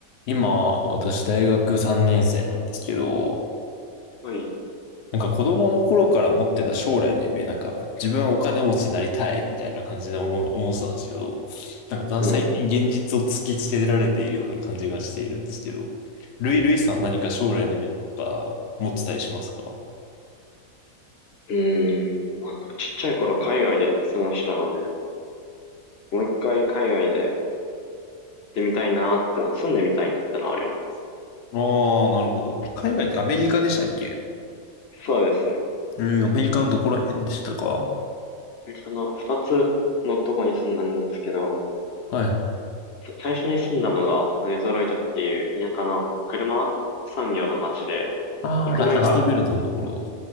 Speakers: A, on the left (about 80°); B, on the left (about 45°).
A: 今、私大学3年生なんですけど、
B: はい。
A: なんか子供の頃から持ってた将来の夢、なんか自分はお金持ちになりたいみたいな感じで思う、思ってたんですけど、なんか最近現実を突きつけられているような感じがしているんですけど、
B: うん。
A: ルイ、ルイさん何か将来の夢とか持ってたりしますか
B: うーん。まあ、なんかちっちゃい頃海外で過ごしたので、もう一回海外で行ってみたいなーってのは、住んでみたいなってのはあります。
A: ああ、なるほど。海外ってアメリカでしたっけ
B: そうですね。
A: うん、アメリカのどこら辺でしたか
B: アメリカの二つのとこに住んだんですけど、
A: はいはい。
B: 最初に住んだのがデトロイトっていう田舎の車産業の街で、
A: ああ、
B: 二個目が、
A: ラ、ラストベルトのところ。